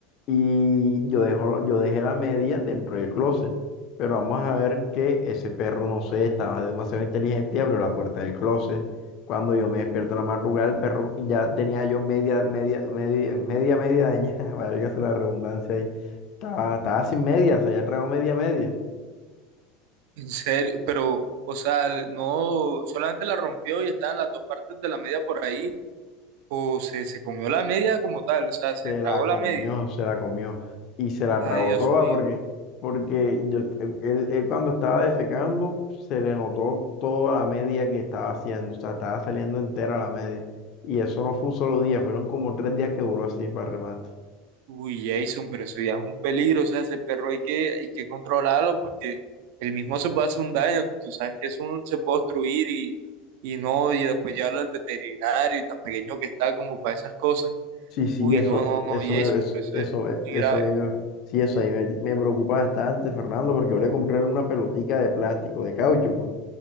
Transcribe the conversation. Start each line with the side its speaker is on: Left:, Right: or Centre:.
Left: y yo dejo, yo dejé la media dentro del closet, pero vamos a ver que ese perro, no sé, estaba demasiado inteligente y abrió la puerta del closet. Cuando yo me despierto en la madrugada, el perro ya tenía yo media, media, media, media, media dañada, <laughs> válgase la redundancia ahí. Estaba, estaba sin media, o sea, ya traigo media, media.
Right: <laughs> En serio, pero, o sea, no, solamente la rompió y estaban las dos partes de la media por ahí, o se, se comió la media como tal, o sea, se
Left: Se
Right: tragó
Left: la comió,
Right: la media.
Left: se la comió y se la
Right: Ay,
Left: tragó
Right: Dios
Left: toda
Right: mío.
Left: porque, porque yo, él, él cuando estaba defecando se le notó toda la media que estaba haciendo, o sea, estaba saliendo entera la media. Y eso no fue un solo día, fueron como tres días que duró así para remate.
Right: Uy, Jason, pero eso ya es un peligro, o sea, ese perro hay que, hay que controlarlo porque el mismo se puede hacer un daño, tú sabes que es un, se puede obstruir y, y no, y después llevarlo al veterinario y tan pequeño que está como para esas cosas.
Left: Sí, sí,
Right: Uy,
Left: eso,
Right: no, no, no,
Left: eso
Right: Jason,
Left: me, eso,
Right: pero eso
Left: eso,
Right: es
Left: me-
Right: muy
Left: eso
Right: grave.
Left: me, sí, eso a mí me, me preocupa bastante, Fernando, porque yo le compré una pelotica de plástico, de caucho, pues,